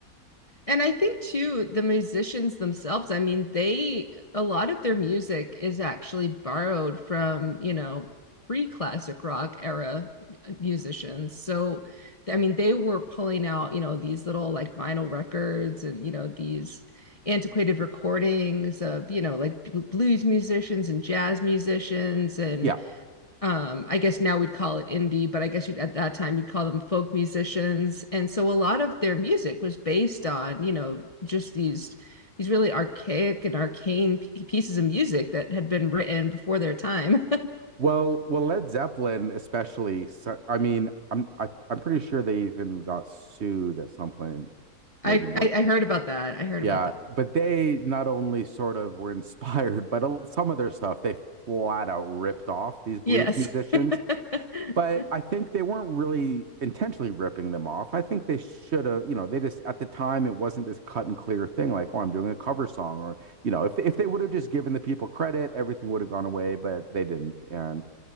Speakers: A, on the left; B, on the right.
A: And I think too, the musicians themselves, I mean, they, a lot of their music is actually borrowed from, you know, pre-classic rock era musicians. So, I mean, they were pulling out, you know, these little like vinyl records and, you know, these antiquated recordings of, you know, like blues musicians and jazz musicians and
B: Yeah,
A: um i guess now we'd call it indie but i guess you'd at that time we would call them folk musicians and so a lot of their music was based on you know just these these really archaic and arcane pieces of music that had been written before their time
B: Well, well, Led Zeppelin especially. So, I mean, I'm I, I'm pretty sure they even got sued at some point,
A: <laughs>
B: maybe
A: I,
B: more.
A: I i heard about that i heard
B: Yeah,
A: about that
B: but they not only sort of were <laughs> inspired, but a- some of their stuff they flat out ripped off these blues
A: yes
B: musicians.
A: <laughs>
B: But I think they weren't really intentionally ripping them off. I think they should have, you know, they just at the time it wasn't this cut and clear thing like, oh, I'm doing a cover song, or you know, if if they would have just given the people credit, everything would have gone away, but they didn't, and